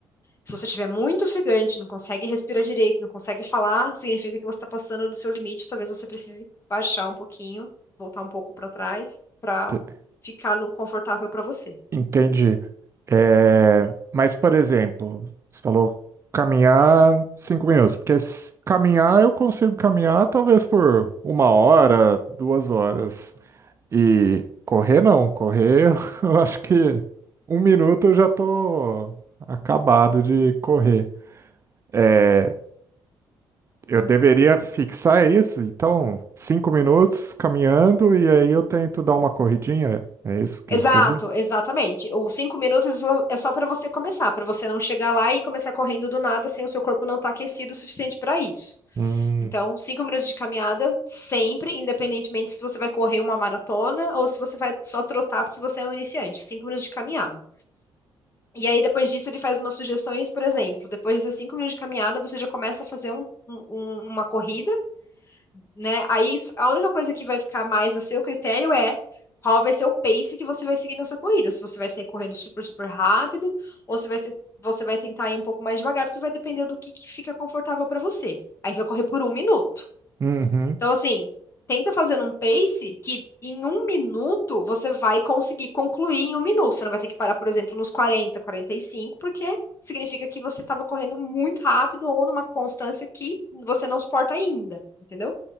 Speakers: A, on the left (about 30°); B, on the right (about 30°).
A: Se você estiver muito ofegante, não consegue respirar direito, não consegue falar, significa que você está passando do seu limite, talvez você precise baixar um pouquinho, voltar um pouco para trás, para
B: Te-
A: ficar no confortável para você.
B: Entendi. É, mas, por exemplo, você falou caminhar cinco minutos, porque se caminhar eu consigo caminhar talvez por uma hora, duas horas. E correr não, correr <laughs> eu acho que um minuto eu já tô acabado de correr. É, eu deveria fixar isso, então cinco minutos caminhando e aí eu tento dar uma corridinha, é isso que
A: Exato,
B: eu entendi?
A: exatamente. Os cinco minutos é só para você começar, para você não chegar lá e começar correndo do nada sem o seu corpo não estar aquecido o suficiente para isso.
B: Hum,
A: Então, cinco minutos de caminhada sempre, independentemente se você vai correr uma maratona ou se você vai só trotar porque você é um iniciante. Cinco minutos de caminhada. E aí, depois disso, ele faz umas sugestões, por exemplo, depois desses cinco minutos de caminhada, você já começa a fazer um- um- um, uma corrida né? Aí s- a única coisa que vai ficar mais a seu critério é qual vai ser o pace que você vai seguir nessa corrida. Se você vai sair correndo super, super rápido, ou se vai ser, você vai tentar ir um pouco mais devagar, porque vai depender do que, que fica confortável para você. Aí você vai correr por um minuto.
B: uhum,
A: Então, assim, tenta fazer um pace que em um minuto você vai conseguir concluir em um minuto. Você não vai ter que parar, por exemplo, nos quarenta quarenta e cinco porque significa que você estava correndo muito rápido ou numa constância que você não suporta ainda, entendeu?